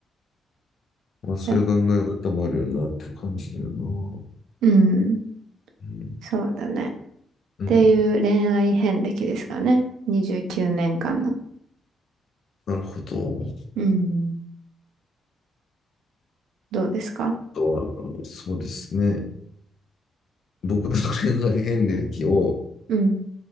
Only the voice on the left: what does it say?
まあ、そういう考え方もあるよなって感じだよな。
うん、
うん、
なるほど。あ
とは、そうですね。僕の恋愛遍歴を